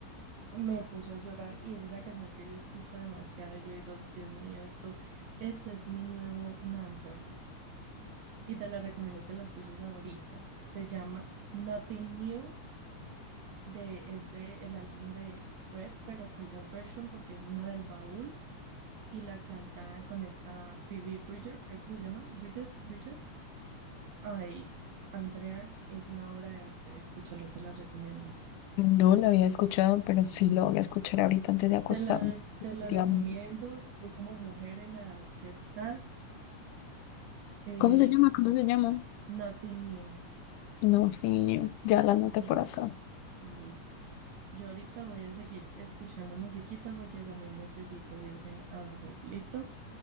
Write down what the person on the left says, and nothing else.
No la había escuchado, pero sí la voy a escuchar ahorita antes de acostarme.
Digamos,
¿Cómo se llama? ¿Cómo se llama?
No, sí, ya la anoté
por acá.